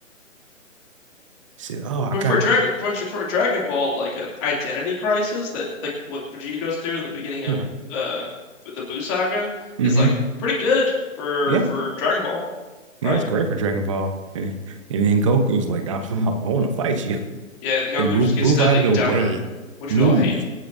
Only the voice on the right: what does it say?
He said, "Oh, I
got
yeah,
mm-hmm,
yeah,
yeah."
It's great for Dragon Ball, <laughs> and, and then Goku's like, "I, I want to fight you." <laughs>
Then move,
move
out of the
way,
move,